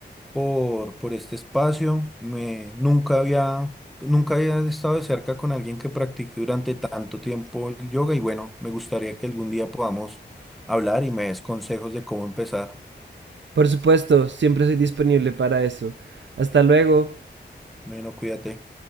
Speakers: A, in the centre; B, on the right.
A: por, por este espacio. Me, nunca había, nunca había estado de cerca con alguien que practique durante tanto tiempo el yoga y bueno, me gustaría que algún día podamos hablar y me des consejos de cómo empezar.
B: Por supuesto, siempre soy disponible para eso. Hasta luego.
A: Bueno, cuídate.